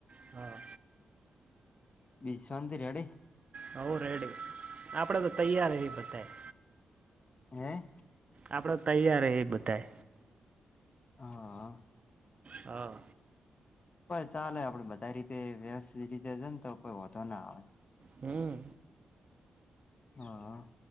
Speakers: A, on the right (about 40°); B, on the left (about 45°).
A: હા
B: વિશાંતિ રેડીે
A: હ, રેડી આપડે તો તૈયાર એ બધ
B: હે
A: આપડ, તૈયાર એ બધા
B: હા
A: હા
B: ચાલે આપડે બધા રીતે વ્યવસ્થિત રીતે જને. તો કોઈ, ઓો ના આવે
A: હમ્મ
B: હા